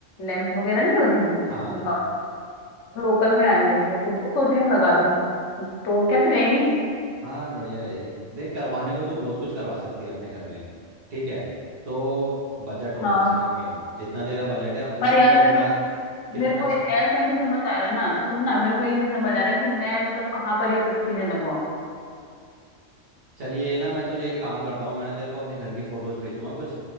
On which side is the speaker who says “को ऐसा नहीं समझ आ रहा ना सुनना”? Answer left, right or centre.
Left